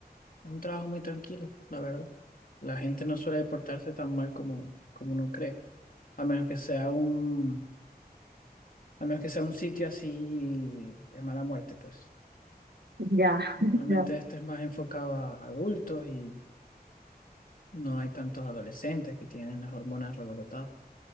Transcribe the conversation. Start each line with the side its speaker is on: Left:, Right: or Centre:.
Left: un trabajo muy tranquilo, la verdad. La gente no suele portarse tan mal como, como uno cree, a menos que sea un, a menos que sea un sitio así de mala muerte, pues.
Right: Ya,
Left: Normalmente
Right: <laughs> ya.
Left: este es más enfocado a adultos y no hay tantos adolescentes que tienen las hormonas revolotadas.